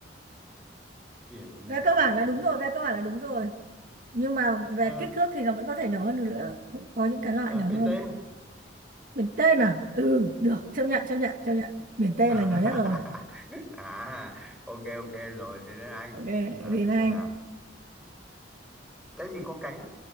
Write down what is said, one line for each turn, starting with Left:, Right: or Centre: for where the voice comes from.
Centre: biển
Right: Về
Centre: nào
Right: cơ bản
Centre: nhỏ
Right: là đúng
Centre: nhất
Right: rồi, về cơ bản là đúng rồi. Nhưng mà về
Centre: Ờ,
Right: kích thước thì nó vẫn có thể nhỏ hơn được nữa. Vẫn Có những cái loại
Centre: ờ,
Right: nhỏ
Centre: biển
Right: hơn.
Centre: tên
Right: biển tên à ừ được chấp nhận chấp nhận chấp nhận biển tên
Centre: <laughs>
Right: là nhỏ nhất rồi
Centre: à ok ok rồi thế đến anh
Right: ok
Centre: Ờ,
Right: thì
Centre: thử
Right: anh
Centre: xem nào cái gì có cánh